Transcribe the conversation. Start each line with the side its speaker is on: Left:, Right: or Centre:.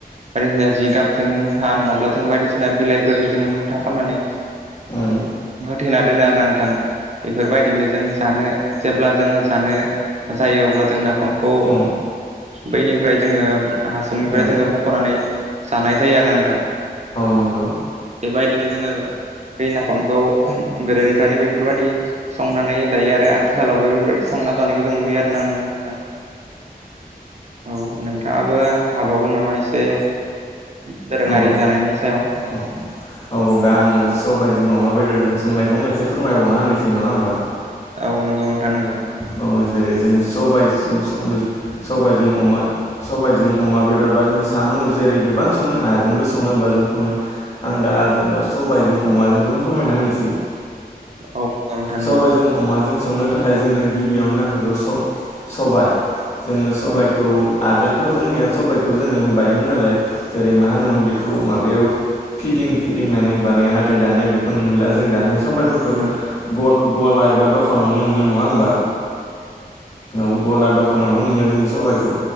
Right: बायदिसिना जिगाब जोङ मुथा नङाब्ला जो बायदिसिना बिलाइफोरनि जोङो मुथा खालामनानै
Left: ओम
Right: थेना दोनो आरो नोंथां बेफोरबायदिनो जों जानो जेब्ला जोङो जानो जायो अब्ला जों नाफामखौ
Left: औ
Right: बैनिफ्राय जोङो हासुंनिफ्राय
Left: औ
Right: जोङो बख'नानै जानाय जायो आरो नोंथां।
Left: औ नंगौ।
Right: बेबायदिनो जोङो बै नाफामखौ गोदोनिफ्रायनो बेफोरबायदि संनानै दायो आरो आथिखालावबो बेफोरबायदि संना जानायखौ जों नुयो आरो ना नोंथां। औ नोंथाङाबो हाबावगोन नामा एसे दोरोङारि
Left: औ
Right: जानायनि सायाव
Left: औ औ दा आङो सबाइजों अमा बेदर जों सोंनायखौनो एसे फोरमायबावना होनोसै नङा होमबा।
Right: औ नंगौ नोंथा नांगौ।
Left: औ जेरै जों सबायजों साम'जों अमा सबायजों अमा बेदर बा जों साम' जेरै गोबां सङो नाजोंबो सङो बा जों आं दा जेनेबा सबायजों अमाजोंखौनो फोरमायना होनोसै <inaudible>
Right: औ नंगौ नोंथां नंगौ
Left: सबाइजों अमाजों संनो थाखाय जोंनो गिबियावनो नांग्रोगौ स-सबाइ जोङो सबाइखौ
Right: नंगौ नंगौ
Left: आगोल जोंनिया सबाइखौ जोङो बायोमोन नालाय जेरै मा होनोमोन बेखौ माबायाव फिदिं फिदिंनानै बानाया नाथाय दानिया बेखौ नुला जों दानिया सबाइफोरखौ
Right: नंगौ
Left: ग-गला एबा दखानावनो मोनो नङा होमबा औ गला दखानावनो मोनो जोङो सबाइखौ